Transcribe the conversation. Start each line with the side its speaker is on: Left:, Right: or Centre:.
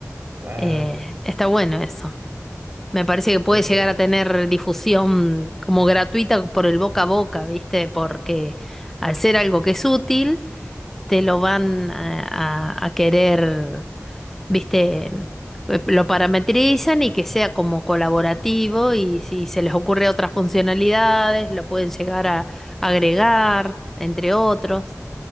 Right: Claro.
Centre: eh, está bueno eso. Me parece que
Right: La
Centre: puede
Right: idea
Centre: llegar a tener difusión como gratuita por el boca a boca, ¿viste? Porque al ser algo que es útil, te lo van a a- a querer viste, lo parametrizan y que sea como colaborativo y si se les ocurre otras funcionalidades, lo pueden llegar a agregar, entre otros.